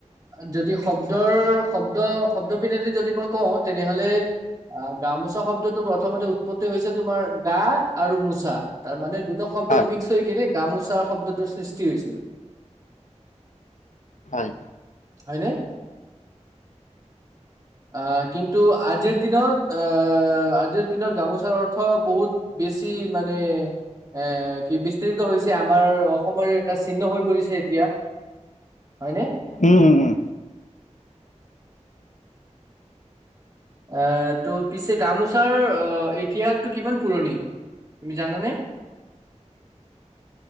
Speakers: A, on the right; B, on the left.
A: যদি শব্দৰ শব্দ শব্দ পিনেদি যদি মই কওঁ তেনেহলে অহ গামোচা শব্দটো প্ৰথমতে উৎপত্তি হৈছিল তোমাৰ গা আৰু মোচা তাৰ মানে দু শব্দ
B: হয়,
A: মিক্স হৈ কিনে গামোচা তাৰ শব্দটোৰ সৃষ্টি হৈছিল
B: সে
A: হয়নে আহ কিন্তু আজিৰ দিনত আহ আজিৰ দিনত গামোচাৰ অৰ্থ বহুত বেছি মানে এ কি বিস্তিৰিত হৈছে আমাৰ অসমৰে এটা চিহ্ন হৈ পৰিছে এতিয়া হয়নে
B: উম উম উম
A: আহ ত' পিছে গামোচাৰ অহ ইতিহাসটো কিমান পুৰণি তুমি জানানে